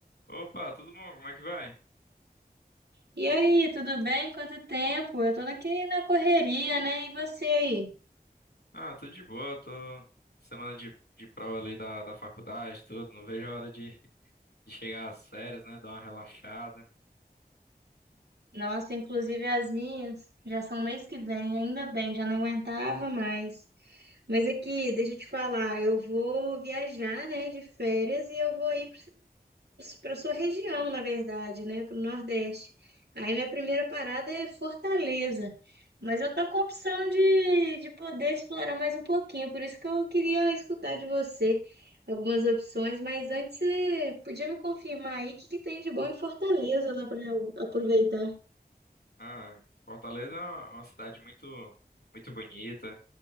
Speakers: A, on the left (about 85°); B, on the right (about 85°).
A: Opa, tudo bom? Como é que vai?
B: E aí, tudo bem? Quanto tempo? Eu tô aqui na correria, né? E você aí?
A: Ah, tudo de boa, tô semana de, de prova ali da, da faculdade, tudo, não vejo a hora de, de chegar às férias, né, dar uma relaxada.
B: Nossa, inclusive as minhas já são mês que vem, ainda bem, já não aguentava mais. Mas aqui, deixa eu te falar, eu vou viajar, né, de férias e eu vou ir para a sua região, na verdade, né, para o Nordeste. Aí minha primeira parada é Fortaleza. Mas eu tô com a opção de, de poder explorar mais um pouquinho, por isso que eu queria escutar de você algumas opções, mas antes você podia me confirmar aí o que que tem de bom em Fortaleza lá para eu aproveitar.
A: Ah, Fortaleza é uma, uma cidade muito, muito bonita,